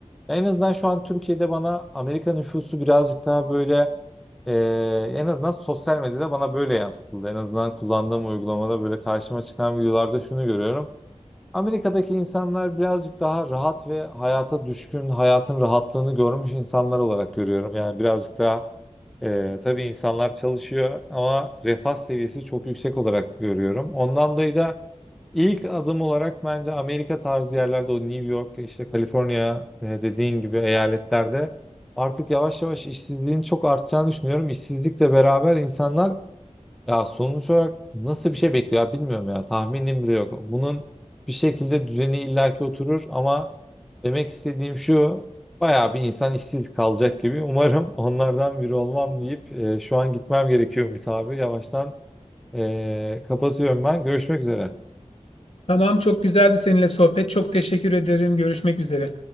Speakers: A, in the centre; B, on the left.
A: Ya En azından şu an Türkiye'de bana Amerika nüfusu birazcık daha böyle e, en azından sosyal medyada bana böyle yansıtıldı. En azından kullandığım uygulamada böyle karşıma çıkan videolarda şunu görüyorum. Amerika'daki insanlar birazcık daha rahat ve hayata düşkün, hayatın rahatlığını görmüş insanlar olarak görüyorum. Yani birazcık daha e, tabii insanlar çalışıyor ama refah seviyesi çok yüksek olarak görüyorum. Ondan dolayı da İlk adım olarak bence Amerika tarzı yerlerde o New York, işte Kaliforniya e, dediğin gibi eyaletlerde artık yavaş yavaş işsizliğin çok artacağını düşünüyorum. İşsizlikle beraber insanlar ya sonuç olarak nasıl bir şey bekliyor ya bilmiyorum ya tahminim bile yok. Bunun bir şekilde düzeni illaki oturur ama demek istediğim şu bayağı bir insan işsiz kalacak gibi. <laughs> Umarım onlardan biri olmam deyip e, şu an gitmem gerekiyormuş abi. Yavaştan e, kapatıyorum ben. Görüşmek üzere.
B: Tamam, çok güzeldi seninle sohbet. Çok teşekkür ederim. Görüşmek üzere.